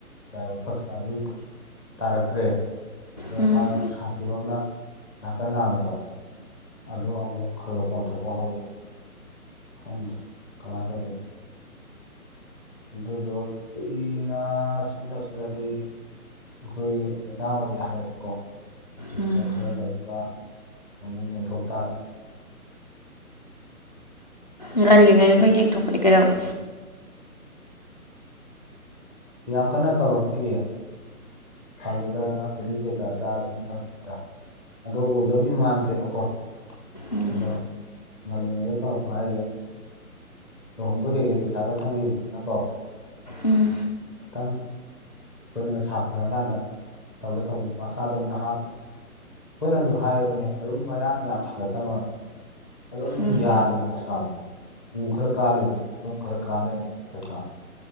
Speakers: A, in the centre; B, on the left.
A: ꯂꯥꯢꯕꯛ ꯐꯗꯅ ꯇꯥꯔꯛꯇ꯭ꯔꯦ ꯑꯗꯣ
B: ꯎꯝ ꯎꯝ
A: ꯃꯥꯅꯃꯨꯛ ꯁꯊꯤꯕ ꯑꯃꯅ ꯅꯥꯀꯟ ꯅꯥꯝꯕꯗꯣ ꯑꯗ ꯑꯃꯨꯛ ꯈꯔ ꯈ ꯄꯣꯝꯊꯣꯛꯄ ꯍꯧꯔꯛꯑꯦꯕ ꯈꯪꯗꯔꯦ ꯀꯃꯥꯏ ꯇꯧꯗꫭꯏꯅꫭ ꯑꯗꯨꯗꯣ ꯀꯨꯏꯅ ꯑꯁꯨꯝ ꯔꯩꯁꯤꯜꯔꯗꯤ ꯑꯩꯈꯣꯏꯒꯤ ꯂꯩꯅꯥ ꯑꯣꯏꯔꯛꯏ ꯍꯥꯏꯌꯦꯕꯥ ꯀꯣ
B: ꯎꯝ
A: ꯑꯗꫭ ꯈꯔ ꯂꯩꯔꯒ ꯑꯃꯨꯛ ꯌꯦꯡꯊꯣꯛ ꯇꯥꯔꯦ꯫
B: ꯉꯜꯂꯤꯉꯩꯗ ꯅꯣꯢ ꯌꯦꯡꯊꯣꯛꯄꯗꯤ ꯀꯩꯗꯧꯕ
A: ꯌꯥꯝ ꯀꯟꯅ ꯇꯧꯔꯛꯇ꯭ꯔꯤꯌꯦ꯫ ꯐꯒꯗ꯭ꯔꯅꯥ ꯒꯨꯂꯤ ꯀꯩꯀꯥ ꯆꯥꯔ ꯁꯨꯝ ꯊꯕꯅꯤꯗꯥ꯫ ꯑꯗꯨ ꯑꯣꯢꯗꯧꯗꯤ ꯃꯥꯟꯗ꯭ꯔꯦꯕꯀꯣ꯫
B: ꯎꯝ
A: ꯑꯗꯣ ꯉꯜꯂꯤꯉꯩꯗꯥ ꯇꯧꯔꯛꯄꯥ ꯍꯥꯏꯁꯤ ꯂꯨꯍꯣꯡꯕꯩ ꯀꯩꯀꯩ ꯄꯩꯁꯥꯒꯥ ꯆꯪꯈꯤꯕꯅꯤꯅꯀꯣ
B: ꯎꯝ
A: ꯈꯤꯇꯪ ꯑꯩꯈꯣꯏꯅꯒꯥ ꯁꯥ ꯐꯔꯀꯥꯟꯗ ꯇꯧꯒꯦ ꯇꯧꯕꯅꯤ ꯃꯁꯥꯗꯣ ꯅꯍꯥꯕꯨꯗꯤ ꯑꫭꯏꯔꯤ ꯑꯩꯈꯣꯏꯅꯁꯨ ꯍꯥꯏꯔꯕꯅꯦ ꯑꯔꯨꯝ ꯃꯌꯥꯥꯡ ꯌꯥꯝ ꯊꯥꯡꯒꯠꯀꯅꯣꯅ ꯑꯗꯨꯝ
B: ꯎꯝ
A: ꯌꯥꯗꯦ ꯃꯁꯥꯗꯣ ꯎ ꯈꯔ ꯀꯥ ꯂꯩꯔꯝꯃꯤ ꯌꯨꯝ ꯈꯔ ꯀꯥ ꯂꯩꯔꯝꯃꯤ ꯃꯊꯛꯇ